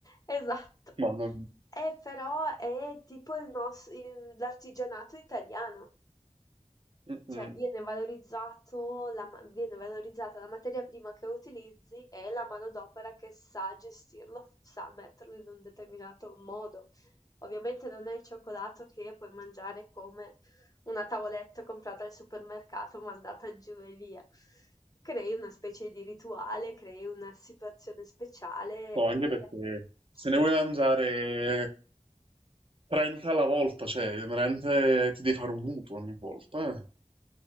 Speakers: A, on the left; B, on the right.
A: esatto.
B: Ma non-
A: Eh, però è tipo il nos- il- l'artigianato italiano.
B: mm,
A: Cioè
B: mm.
A: viene valorizzato la ma viene valorizzata la materia prima che utilizzi e la manodopera che sa gestirlo, sa metterlo in un determinato modo. Ovviamente non è il cioccolato che puoi mangiare come una tavoletta comprata al supermercato, mandata giù e via. Crei una specie di rituale, crei una situazione speciale
B: No,
A: e
B: anche perché
A: sì.
B: se ne vuoi mangiare 30 alla volta, cioè, veramente ti devi fare un mutuo ogni volta, eh?